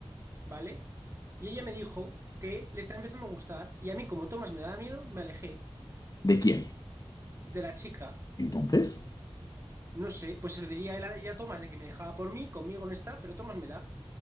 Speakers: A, on the right (about 30°); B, on the left (about 40°).
A: ¿vale? Y ella me dijo que le está empezando a gustar y a mí como Tomás me daba miedo, me alejé
B: ¿De quién?
A: de la chica.
B: Entonces,
A: No sé, pues se lo diría él a ella a Tomás de que me dejaba por mí, conmigo no está, pero Tomás me da,